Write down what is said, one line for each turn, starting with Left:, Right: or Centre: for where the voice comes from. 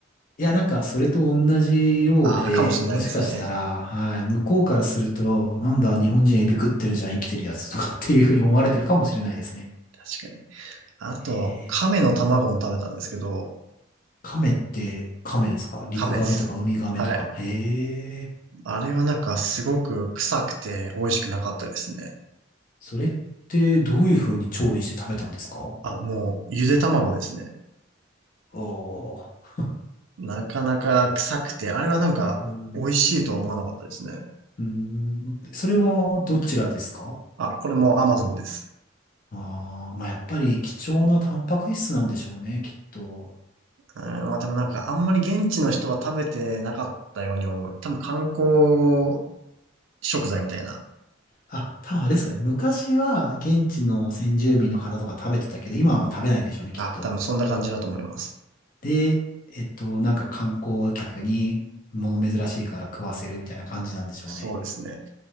Left: いや、なんか、それと同じようで、
Right: ああ、かもしれないですね。
Left: もしかしたら、はい、向こうからすると、なんだ、日本人エビ食ってるじゃん、生きてるやつとかっていうふうに思われてるかもしれないですね。
Right: 確かに。あと、
Left: へえ。
Right: 亀の卵も食べたんですけど、
Left: 亀って亀ですか陸亀とか海亀とかの。
Right: 亀です。はい。
Left: へえ。
Right: あれはなんかすごく臭くて美味しくなかったですね。
Left: それってどういうふうに調理して食べたんですかお
Right: あ、もう、ゆで卵ですね。
Left: ー。
Right: なかなか臭くて、あれはなんか美味しいとは思わなかったですね。
Left: うん。うん。それはどちらですか
Right: あ、これも Amazon です。
Left: ああ、まあやっぱり貴重なタンパク質なんでしょうね、きっと。
Right: うん、まあでもなんかあんまり現地の人は食べてなかったように思う。多分観光食材みたいな。
Left: あ、多分あれですかね。昔は現地の先住民の方とか食べてたけど、今はまあ食べないんでしょうね、きっと。
Right: あ、多分そんな感じだと思います。
Left: で、えっと、なんか観光客に物珍しいから食わせるみたいな感じなんでしょうね。
Right: そうですね。